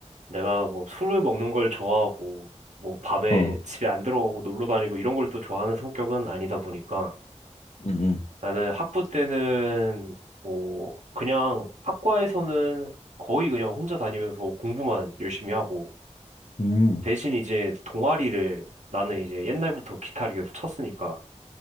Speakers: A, on the right (about 80°); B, on the left (about 65°).
A: 내가 뭐, 술을 먹는 걸 좋아하고, 뭐, 밤에
B: 어,
A: 집에 안 들어가고 놀러 다니고 이런 걸 또 좋아하는 성격은 아니다 보니까.
B: 음,
A: 나는 학부 때는 뭐 그냥 학과에서는 거의 그냥 혼자 다니면서 공부만 열심히 하고
B: 음, 음,
A: 대신 이제 동아리를 나는 이제 옛날부터 기타를 계속 쳤으니까